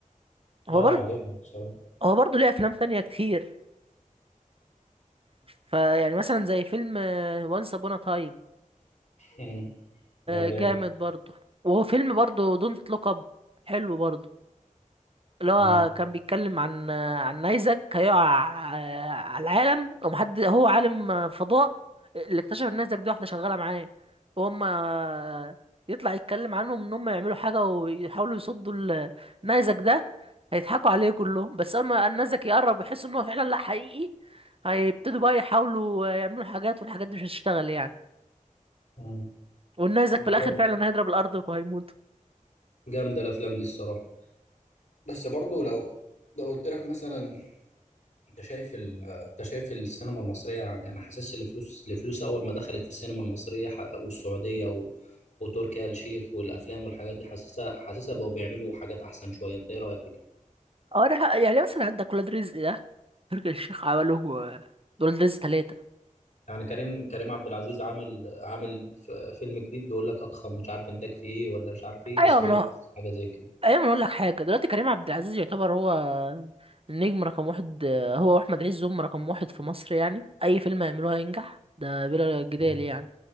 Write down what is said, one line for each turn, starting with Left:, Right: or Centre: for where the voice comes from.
Right: هو
Left: لا
Right: برضه
Left: جامد بصراحة
Right: هو برضه ليه أفلام تانية كتير فيعني مثلا زي فيلم وانس أبونا تايم
Left: مم. لا جامد
Right: جامد برضه وهو فيلم برضه دونت لوك أب حلو برضه اللي هو
Left: مم.
Right: كان بيتكلم عن عن نيزك هيقع آه، على العالم ومحد هو عالم آه، فضاء اللي اكتشف ان نيزك دي واحدة شغالة معاه وهم آه، يطلع يتكلم عنهم ان هم يعملوا حاجة ويحاولوا يصدوا ال- نيزك ده هيضحكوا عليه كلهم بس اما النيزك يقرب ويحس ان هو فعلا لا حقيقي هيبتدوا بقى يحاولوا آه، يعملوا حاجات والحاجات دي مش هتشتغل يعني
Left: مم.
Right: والنيزك
Left: طب
Right: في الاخر
Left: جامد.
Right: فعلا هيضرب الارض وهيموت
Left: جامدة الأفلام دي الصراحة بس برضو لو لو قلت لك مثلا أنت شايف ال... أنت شايف السينما المصرية يعني أنا حاسس إن الفلوس الفلوس أول ما دخلت في السينما المصرية ح- والسعودية و... وتركي آل الشيخ والأفلام والحاجات دي حاسسها حاسسها بقوا بيعملوا حاجات أحسن شوية أنت إيه رأيك في كده؟
Right: اه ده حق- يعني مثلا عندك ولاد رزق ده تركي الشيخ عمله آه، ولاد رزق ثلاثة
Left: يعني كريم كريم عبد العزيز عامل عامل ف- فيلم جديد بيقول لك أضخم مش عارف إنتاج فيه إيه ولا مش عارف إيه
Right: ايوه
Left: اسمه
Right: ما انا
Left: إيه حاجة زي
Right: ايوه ما أنا اقول لك حاجة دلوقتي كريم عبد العزيز يعتبر هو النجم رقم واحد آه، هو واحمد عز هم رقم واحد في مصر يعني اي فيلم يعملوه هينجح ده بلا جدال
Left: كده
Right: يعني